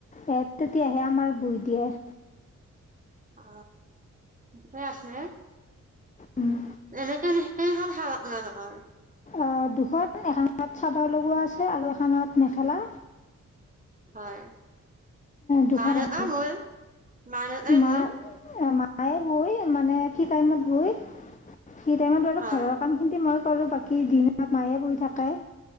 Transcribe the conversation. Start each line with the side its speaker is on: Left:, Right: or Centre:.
Left: তেতিয়াহে আমাৰ বই দিয়ে
Right: অ ফ্ৰেছ আছে
Left: উম,
Right: এনেকে নে কেইখন শাল আপোনালোকৰ
Left: অ দুখন এখনত চাদৰ লগোৱা আছে আৰু এখনত মেখেলা
Right: হয়
Left: দুখন
Right: মা-দেউতা
Left: এখন
Right: মোৰ, মা-দেউতাই
Left: মা
Right: মোৰ,
Left: এ মা মায়ে বই মানে ফ্ৰী টাইমত বই সেই টাইমত বাৰু
Right: হয়,
Left: ঘৰৰ কামখিনি মই কৰো বাকী দিনত মায়ে বৈ থাকে